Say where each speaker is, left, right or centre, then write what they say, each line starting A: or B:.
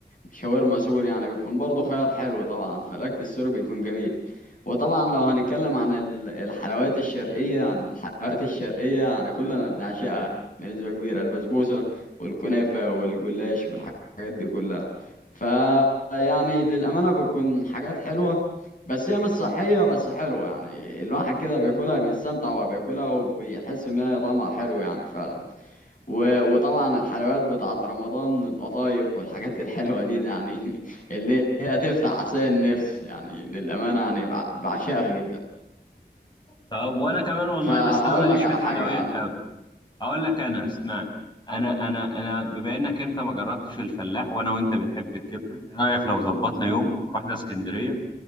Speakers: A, on the left; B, on the left.
A: شاورما سوري يعني بيكون برضو خيار حلو طبعا فالأكل السوري بيكون جميل وطبعا لو هنتكلم عن ال- الحلويات الشرقية يعني الحلويات الشرقية يعني كلنا بنعشقها بنسبة كبيرة البسبوسة والكنافة والجلاش والحاجات دي كلها ف يعني للأمانة بتكون حاجات حلوة بس هي مش صحية بس حلوة يعني الواحد كده بياكلها بيستمتع وهو بياكلها وبيحس ان هي طعمها حلو يعني فعلا و... وطبعا الحلويات بتاعت رمضان القطايف والحاجات الحلوة دي يعني <laughs> اللي هي تفتح عشان النفس يعني للأمانة يعني بع- بعشقها جدا
B: طب وأنا كمان والله
A: فهقول
B: بس أنا ماليش
A: لك
B: في
A: على
B: الحلويات
A: حاجة انا
B: أوي اقول لك انا اسمع انا انا انا بما انك انت ما جربتش الفلاح وانا وانت بنحب الكبده ايه رايك لو ظبطنا يوم ورحنا اسكندريه